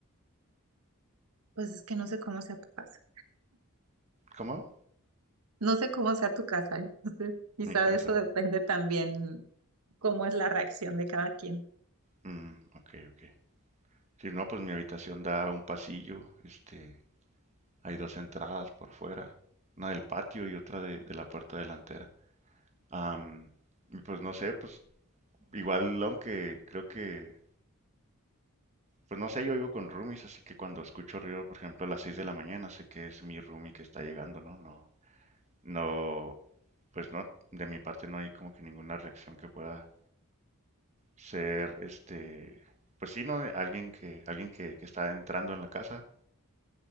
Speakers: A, on the right; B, on the right.
A: Pues es que no sé cómo sea tu casa.
B: ¿Cómo?
A: No sé cómo sea tu casa, entonces quizá
B: Mi casa.
A: de eso depende también cómo es la reacción de cada quien.
B: Mm, ok, ok. Sí, no, pues mi habitación da a un pasillo, este, hay dos entradas por fuera, una del patio y otra de, de la puerta delantera. Am, y pues no sé, pues igual aunque creo que, pues no sé, yo vivo con roomies, así que cuando escucho ruido, por ejemplo, a las 6 de la mañana, sé que es mi roomie que está llegando, ¿no? No, no, pues no, de mi parte no hay como que ninguna reacción que pueda ser, este, pues sí, ¿no? Alguien que, alguien que, que está entrando en la casa,